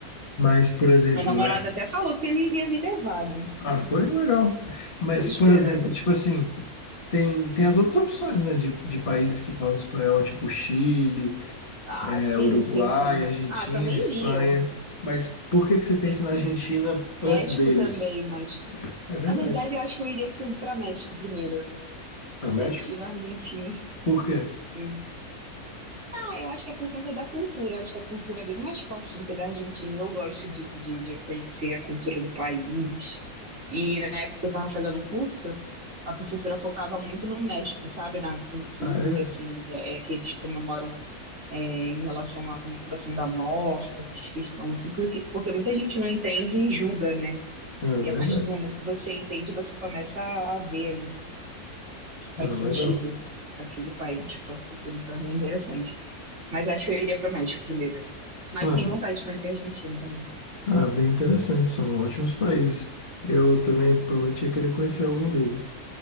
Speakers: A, on the left; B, on the right.
A: mas, por exemplo,
B: Meu namorado
A: é.
B: até falou que ele iria me levar, né?
A: Ah, foi legal.
B: <laughs>
A: Mas,
B: Tô esperando
A: por exemplo,
B: aí.
A: tipo assim, tem, tem as outras opções, né, de, de países que falam espanhol, tipo Chile.
B: Ah,
A: é,
B: sim,
A: Uruguai,
B: sim, sim.
A: Argentina,
B: Ah, também
A: Espanha.
B: iria.
A: Mas por que que você pensa
B: Sim, sim.
A: na Argentina
B: México
A: antes deles?
B: também, México.
A: É verdade.
B: Na verdade, eu acho que eu iria pro- pra México primeiro.
A: Para México?
B: Retira a Argentina.
A: Por quê?
B: Sim. Ah, eu acho que é por conta da cultura. Eu acho que a cultura é bem mais forte do que a da Argentina. Eu gosto disso, de, de conhecer a cultura do país. E na época que eu estava fazendo o curso, a professora focava muito no México, sabe? Na cultura,
A: Ah, era?
B: assim, é, é que eles comemoram é, em relação à comemoração da morte, essas questões, assim, porque, porque muita gente não entende e julga, né?
A: Ah,
B: E
A: verdade.
B: a partir do momento que você entende, você começa a, a ver ali que faz
A: Ah, legal.
B: sentido para aquele país, para aquela cultura. Então é bem interessante. Mas acho que eu iria para o México primeiro. Mas
A: Ah,
B: tenho vontade de conhecer a Argentina também.
A: ah, bem interessante. São ótimos países. Eu também prometi querer conhecer algum deles.